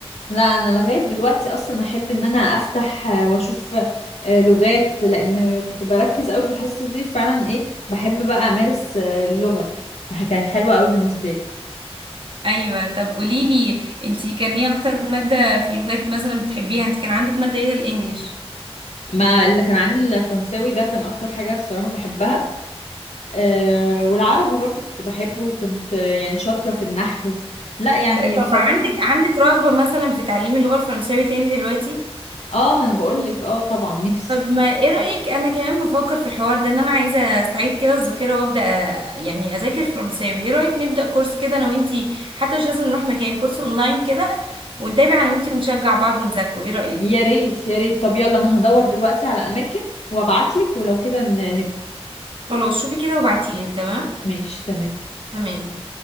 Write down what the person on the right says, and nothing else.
ايوه طب قولي لي انت كان ايه اكتر ماده في اللغات مثلا بتحبيها انت كان عندك ماده ايه غير الانجليش
ط- طب
عندك عندك رغبه مثلا في تعليم اللغه الفرنساوي تاني دلوقتي
طب ما ايه رايك انا كمان بفكر في الحوار ده ان انا عايزه استعيد كده الذاكره وابدا أ- يعني اذاكر فرنساوي ايه رايك نبدا كورس كده انا وانتي حتى مش لازم نروح مكان كورس اونلاين كده ونتابع انا وانتي ونشجع بعض ونذاكره ايه رايك
خلاص شوفي كده وابعتيلي تمام
تمام